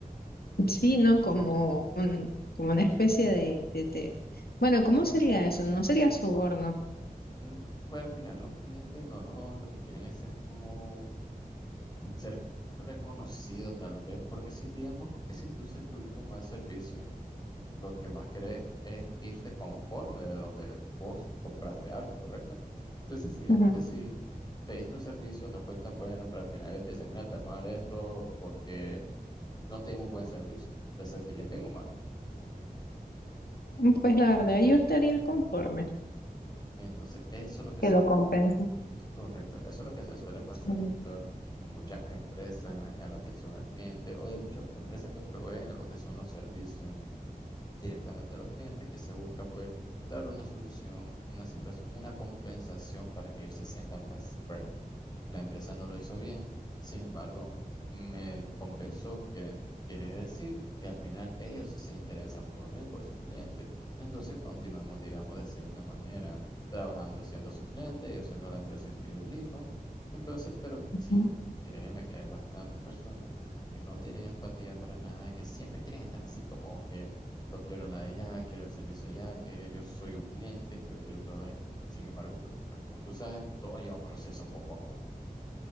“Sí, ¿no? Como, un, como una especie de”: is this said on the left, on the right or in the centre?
Left